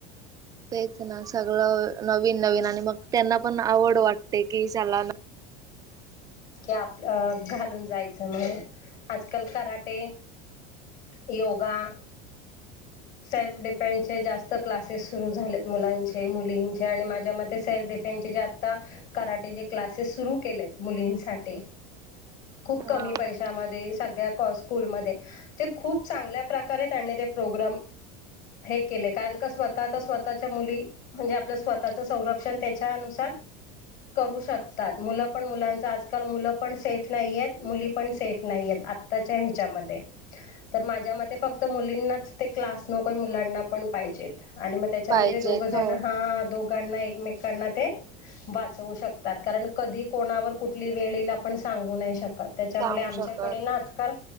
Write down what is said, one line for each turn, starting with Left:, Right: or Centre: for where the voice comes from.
Right: तेच ना सगळ नवीन नवीन आणि मग त्यांना पण आवड वाटते की चला
Left: आप घालून जायचं म्हण आजकाल कराटे योगा सेल्फ डिफेन्सचे जास्त क्लासेस सुरू झालेत मुलांचे मुलींचे आणि माझ्या मते सेल्फ डिफेन्सचे जास्त कराटेचे क्लासेस सुरू केलेत मुलींचे. खते खूप
Right: हा
Left: कमी पैशामध्ये सगळ्या स्कूल मध्ये ते खूप चांगल्या प्रकारे त्यां प्रोग्रम हे केले कारण स्वतः तर स्वतःच्या मुली म्हणजे आप स्वतःच संरक्षण त्याच्याुसार करू शकतात मुल पण मुलाचं आज. आजकाल मुलं पण सेफ नाहीय आहेत. मुली पण सेफ नाहीय आत्ताच्या ह्याच्यामध्ये तर माझ्या मते फक्त मुलींनाच ते क्लास नकोय मुलांना पण पाहिजेत. आणि मग त्याच्यामुळे
Right: पाहिजेत
Left: ते दोघ जण
Right: हो
Left: हा दोघ. एक एकमेकांना वाचू शकतात कारण कधी कोणावर कु टी वेळे येईल आपण सांगू नाही शकतो. त्याच्यामुळे
Right: सांगू
Left: आमच्याकडे
Right: शकत
Left: ना आजकाल